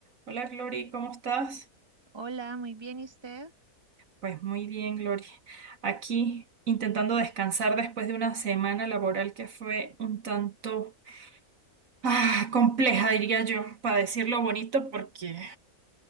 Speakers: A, on the right; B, on the right.
A: Hola Glory, ¿cómo estás?
B: Hola, muy bien, ¿y usted?
A: Pues muy bien, Glory. Aquí intentando descansar después de una semana laboral que fue un tanto ah, compleja, diría yo, para decirlo bonito, porque